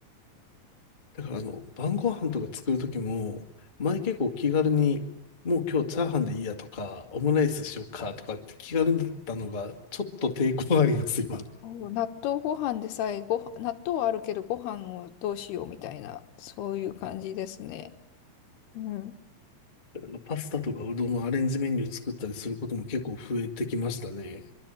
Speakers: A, on the left (about 25°); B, on the left (about 75°).
A: だからあの、晩ご飯とか作るときも、前結構気軽に、もう今日チャーハンでいいやとか、オムライスしようかとかって気軽だったのが、ちょっと抵抗があります、今。だ
B: う、納豆ご飯でさえご飯、納豆はあるけどご飯をどうしようみたいな、そういう感じですね。うん。
A: からパスタとかうどんのアレンジメニュー作ったりすることも結構増えてきましたね。